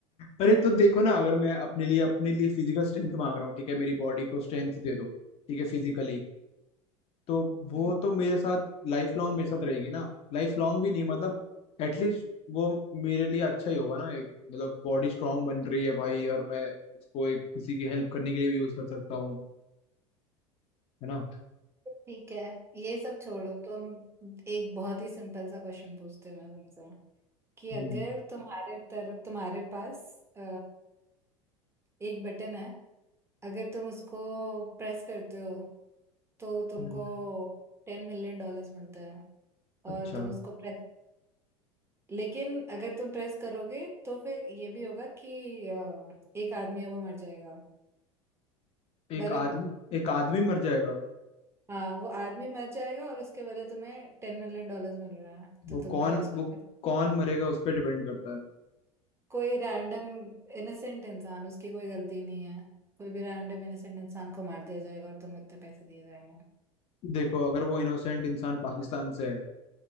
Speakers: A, on the left; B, on the right.
A: अरे तो देखो ना अगर मैं अपने लिए अपने लिए फिजिकल स्ट्रेंथ मांग रहा हूँ ठीक है मेरी बॉडी को स्ट्रेंथ दे दो ठीक है फिजिकली तो वो
B: हम्म
A: तो मेरे साथ लाइफ लॉन्ग मेरे साथ रहेगी ना लाइफ लॉन्ग भी नहीं मतलब एटलीस्ट वो मेरे लिए अच्छा ही होगा ना एक मतलब बॉडी स्ट्रांग बन रही है भाई और मैं उसको एक किसी की हेल्प करने के लिए भी यूज कर सकता हूँ है ना
B: ठीक है ये सब छोड़ो तुम एक बहुत ही सिंपल सा क्वेश्चन पूछते हो मैं तुमसे कि
A: हम्म
B: अगर तुम्हारे तरफ तुम्हारे पास अ, एक बटन है अगर तुम उसको प्रेस करते हो तो तुमको
A: हम्म।
B: टेन मिलियन डॉलर्स मिलते हैं और
A: अच्छा
B: तुम उसको प्रेस लेकिन अगर तुम प्रेस करोगे तो फिर ये भी होगा कि अ, एक आदमी है वो मर जाएगा मतलब
A: एक आदमी एक आदमी मर जाएगा
B: हाँ वो आदमी मर जाएगा और उसके बदले तुम्हें टेन मिलियन डॉलर्स मिल रहा है तो
A: वो
B: तुम
A: कौन
B: क्या उसको
A: वो कौन मरेगा उस पर डिपेंड करता है
B: कोई रैंडम इनोसेंट इंसान उसकी कोई गलती नहीं है कोई भी रैंडम इनोसेंट इंसान को मार दिया जाएगा और तुम्हें इतने पैसे दिए जाएंगे
A: देखो अगर वो इनोसेंट इंसान पाकिस्तान से है